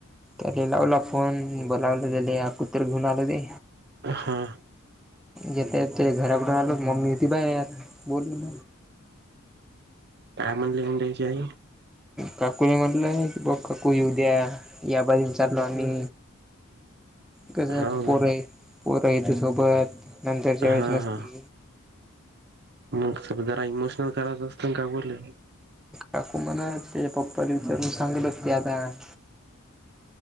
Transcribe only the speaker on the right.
हा
का म्हणल त्याची आई
हो
का
हा
हा मग स जरा इमोशनल करायचं असत काय बोले